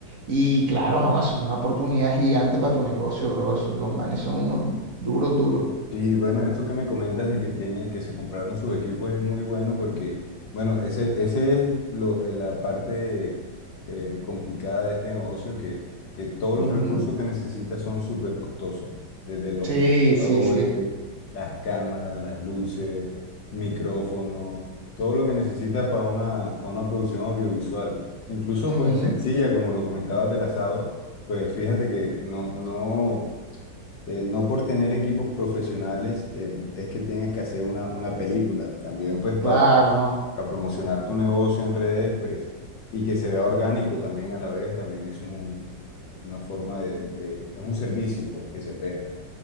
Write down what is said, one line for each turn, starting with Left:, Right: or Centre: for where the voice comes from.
Right: y claro, no, eso es una oportunidad gigante para tu negocio, bro. Esos dos manes son unos duros, duros.
Left: Sí, bueno, esto que me comentas de que tiene, que se compraron sus equipos es muy bueno porque, bueno, ese, ese es lo, eh, la parte eh, complicada de este negocio, que, que todos
Right: Ujú.
Left: los recursos que necesitas son súper costosos, desde los
Right: Sí,
Left: computadores,
Right: sí, sí.
Left: las cámaras, las luces, micrófonos, todo lo que necesitas para una, para una producción audiovisual. Incluso,
Right: Ujú.
Left: pues, sencilla, como lo comentabas del asado, pues fíjate que no, no eh, no por tener equipos profesionales eh, es que tienes que hacer una, una película. También pues para
Right: Claro, no.
Left: promocionar tu negocio en redes pues y que se vea orgánico también a la vez, también es un, una forma de, de- es un servicio pues que se presta.